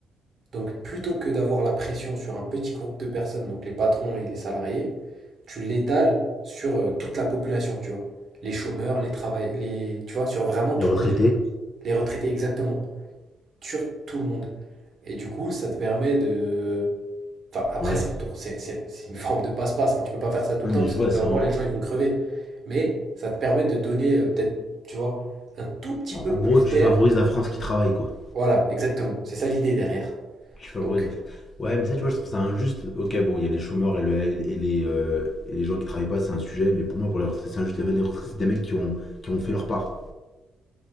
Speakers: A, on the right (about 50°); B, on the left (about 45°).
A: Donc plutôt que d'avoir la pression sur un petit groupe de personnes, donc les patrons et les salariés, tu l'étales sur euh, toute la population, tu vois. Les chômeurs, les travail, les, tu vois, sur vraiment tout
B: Les retraités.
A: le monde. Les retraités, exactement. Sur tout le monde. Et du coup, ça te permet de Enfin, après,
B: Ouais.
A: c'est un tour, c'est c'est- c'est une forme de passe-passe. hein. Tu peux pas faire ça tout
B: Non,
A: le
B: mais
A: temps, parce
B: je
A: qu'au
B: vois,
A: bout d'un
B: c'est
A: moment,
B: en,
A: les gens, ils
B: en-
A: vont crever. Mais ça te permet de donner, euh, peut-être, tu vois, un tout petit
B: en
A: peu plus
B: gros, tu
A: d'air.
B: favorises la France qui travaille, quoi.
A: Voilà, exactement. C'est ça l'idée derrière.
B: Tu favorises
A: Donc,
B: la France. Ouais, mais ça, tu vois, je trouve ça injuste. Ok, bon, il y a les chômeurs et, le- et les, euh, et les gens qui travaillent pas, c'est un sujet, mais pour moi, pour les retraités, c'est injuste. Les retraités, c'est des mecs qui ont, qui ont fait leur part,